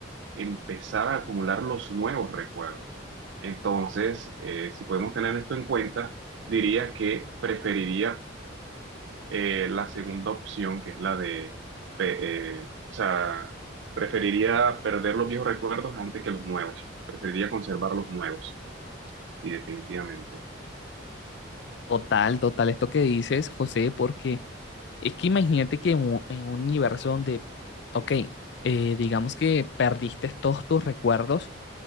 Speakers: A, on the right; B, on the left.
A: empezar a acumular los nuevos recuerdos. Entonces, eh, si podemos tener esto en cuenta, diría que preferiría eh, la segunda opción, que es la de, pe- eh, o sea, preferiría perder los viejos recuerdos antes que los nuevos. Preferiría conservar los nuevos, sí, definitivamente.
B: Total, total, esto que dices, José, porque es que imagínate que en un, en un universo donde, ok, eh, digamos que perdiste todos tus recuerdos,